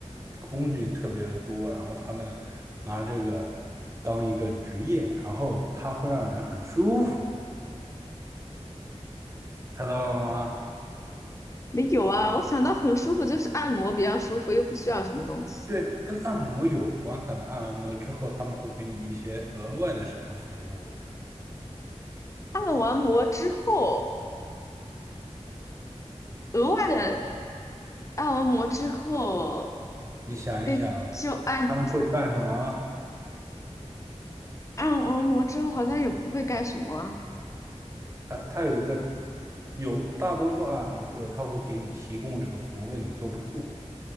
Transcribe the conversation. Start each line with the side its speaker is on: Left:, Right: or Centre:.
Right: 工具特别的多，然后他们拿这个当一个职业，然后它会让人很舒服，猜到了吗？
Left: 没有啊。我想到很舒服，就是按摩比较舒服，又不需要什么东西。
Right: 对，跟按摩有关，可能按完摩之后他们会给你一些额外的什么服务。
Left: 按完摩之后，额外的按完摩之后，
Right: 你想一想，
Left: 那就按
Right: 他们会干什么？
Left: 按完摩之后好像也不会干什么啊
Right: 它它有一个有大多数按摩之后，他会给你提供这个服务，问你做不做。